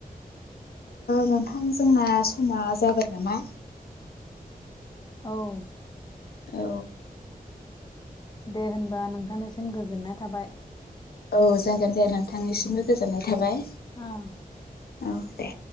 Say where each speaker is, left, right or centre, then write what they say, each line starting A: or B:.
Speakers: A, on the left; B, on the left.
A: नोंथां जोंना समा जाबाय नामा?
B: औ
A: औ
B: दे होनबा नोंथांनिसिम गोजोननाय थाबाय
A: औ जागोन दे नोंथांनिसिमबो
B: उम
A: गोजोननाय थाबाय
B: औ
A: औ दे